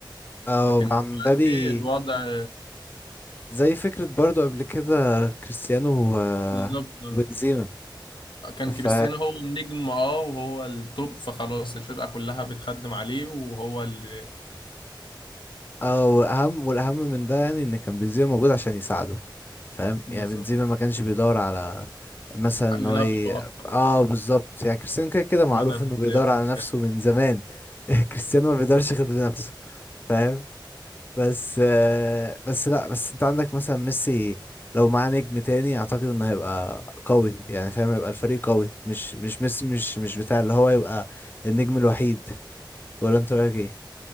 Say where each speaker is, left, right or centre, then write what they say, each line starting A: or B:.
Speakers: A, on the left; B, on the left.
A: اه
B: لكن
A: مع
B: دلوقتي
A: مبابي
B: الوضع
A: زي فكرة برضو قبل كده كريستيانو و-
B: بالظبط
A: وبنزيما
B: كان
A: ف
B: كريستيانو هو النجم اه وهو التوب فخلاص الفرقه كلها بتخدم عليه وهو اللي
A: او اهم والاهم من ده يعني ان كان بنزيما موجود عشان يساعده فاهم
B: بالظبط
A: يعني بنزيما ما كانش بيدور على مثلا ان
B: لنفسه
A: هو ي...
B: اكتر اه
A: اه بالظبط يعني كريستيانو كده كده معروف
B: ان انا بهداف
A: انه بيدور على
B: وبتاع
A: نفسه من زمان <laughs> كريستيانو ما بيدورش غير لنفسه فاهم بس آه، بس لا بس انت عندك مثلا ميسي لو معاه نجم تاني اعتقد انه هيبقى قوي يعني فاهم هيبقى الفريق قوي مش مش ميسي مش مش بتاع اللي هو يبقى النجم الوحيد ولا انت رايك ايه